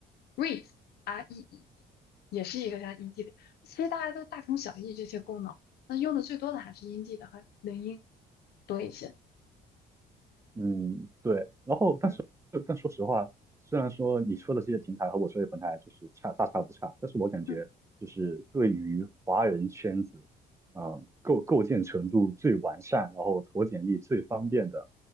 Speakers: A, on the left; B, on the right.
A: ，Read R E E D，也是一个像音 n 的，其实大家都大同小异这些功能，那用的最多的还是音 n 的和领音多一些。
B: 嗯，对。然后，但是，
A: 嗯
B: 但说实话，虽然说你说的这些平台和我说的平台就是差大差不差，但是我感觉就是对于华人圈子，
A: 嗯
B: 啊、构构建程度最完善，然后投简历最方便的，